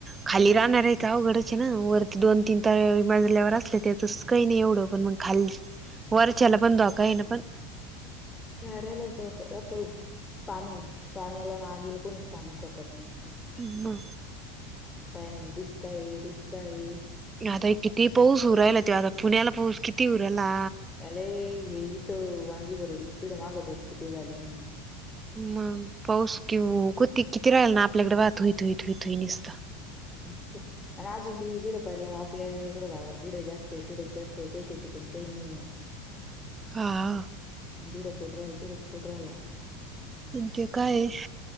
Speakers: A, on the right (about 25°); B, on the left (about 20°).
A: खाली राहणार आहे का अवघडच आहे ना वरती दोन तीन तर मजल्यावर असले त्याचच काही नाही एवढं पण मग खाल्ली वरच्याला पण धोका आहे ना पण
B: सारायलाच धोका राहतो पाणी पाण्याला आणि आगेला कोणीच थांबू शकत नाही
A: हो ना
B: काय म्हणजे दुष्काळी दुष्काळी
A: आता किती पाऊस उरायला त्यो आता पुण्याला पाऊस किती उराला
B: यालाय हेथ वांगी भरडी तडे मागं ढग फुटी झाली म्हणे
A: मग पाऊस कि ओ कोती किती राहील ना आपल्याकडे राहिला ओ थुई थुई थुई थुई निसता
B: <inaudible> आणि अजून बी जिड पाडला आपल्याकड भागात जिड जास्त आहे तिड जास्त आहे काही काही ठिकाणी काही नाही <inaudible>
A: हा
B: तिकड पडुन राहिला तिखडच पडुन राहिला
A: आणि ते काय